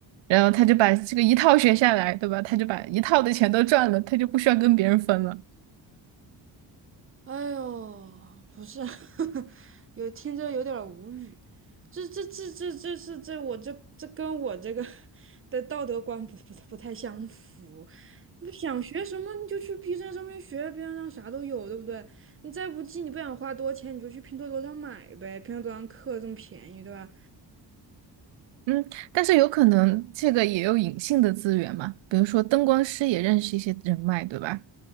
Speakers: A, on the right (about 85°); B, on the right (about 30°).
A: 然后他就把这个一套学下来，对吧？他就把一套的钱都赚了，他就不需要跟别人分了。
B: 哎呦，不是，<laughs> 有听着有点儿无语。这这这这这是这我这这跟我这个 <laughs> 的道德观不不不太相符。你想学什么你就去 B 站上面学，B 站上啥都有，对不对？你再不济你不想花多钱，你就去拼多多上买呗，拼多多上课这么便宜，对吧？
A: 嗯，但是有可能这个也有隐性的资源嘛，比如说灯光师也认识一些人脉，对吧？